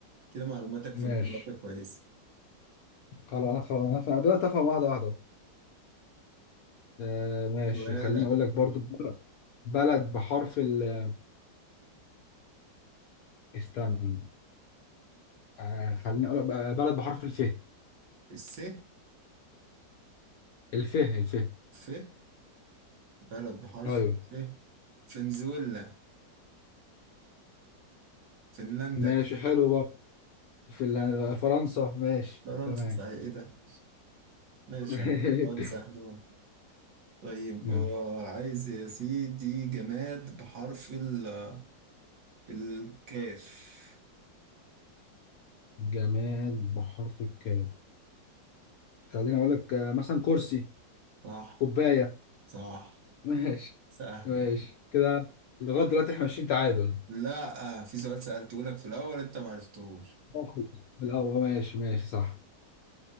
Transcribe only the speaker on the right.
كده معلوماتك
في الجغرافيا كويسه
ولا
الس
ف بلد بحرف
ف فنزويلا فنلندا
فرنسا
صحيح ايه ده ماشي
يا عم سؤال سهل أهو. طيب
آه، عايز يا سيدي جماد بحرف ال- الكاف
صح
صح
سهلة
لا آه، في سؤال سألته لك في الأول أنت معرفتهوش